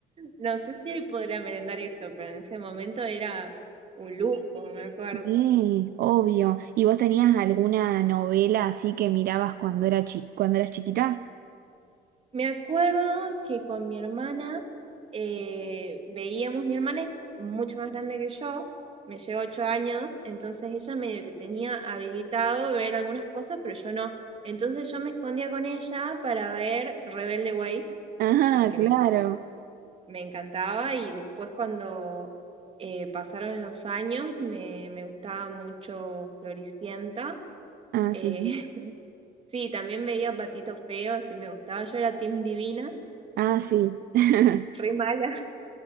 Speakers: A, on the right; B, on the right.
A: No sé si hoy podría merendar eso, pero en ese momento era un lujo, me acuerdo.
B: Sí, obvio. ¿Y vos tenías alguna novela así que mirabas cuando era chi- cuando eras chiquita?
A: Me acuerdo que con mi hermana eh, veíamos, mi hermana es mucho más grande que yo, me lleva ocho años, entonces ella medio que tenía habilitado ver algunas cosas, pero yo no. Entonces yo me escondía con ella para ver Rebelde Way,
B: Ah,
A: que
B: claro.
A: me encan- me encantaba, y después cuando eh, pasaron los años me, me gustaba mucho Floricienta
B: Ah,
A: Eh,
B: sí.
A: <laughs> sí, también veía patitos feos sí me gustaba. Yo era Team Divinas,
B: Ah, sí. <laughs>
A: re mala. <laughs>